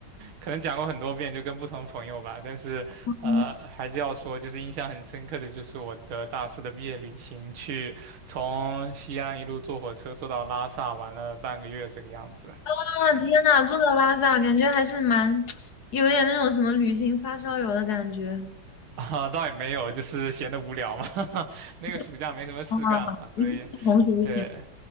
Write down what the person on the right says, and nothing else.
可能讲过很多遍，就跟不同朋友吧，但是呃，
还是要说，就是印象很深刻的就是我的大四的毕业旅行，去从西安一路坐火车坐到拉萨，玩了半个月这个样子。
<laughs> 啊，倒也没有，就是闲得无聊嘛，<laughs> 那个暑假没什么事干嘛，
所以，
对，